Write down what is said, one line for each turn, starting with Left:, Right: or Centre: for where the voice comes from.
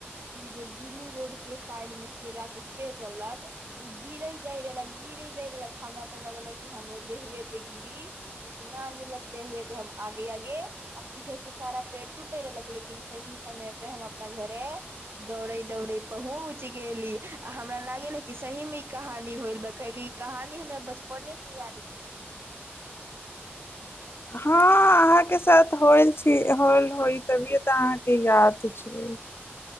Right: उ जो दुनू रोड के साइड मे केला के पेड़ रहलक ओ गिरे जाय रहलक गिरे जाय रहलक हमरा तऽ लगलक हमर देहबे पे गिरी लेकिन न गिरलक े हुए पे हम आगे आगे आ पीछे से सारा पेड़ टूटे रहलक लेकिन सही समय पे हम अपना घरे दौड़े दौड़े पहुँच गेली आ हमरा लागे कि सही मे ई कहानी होल कके ई कहानी हमरा बचपने से याद छै
Left: हँ अहाँके साथ होल छी होल होइ तभिए तऽ अहाँके याद छै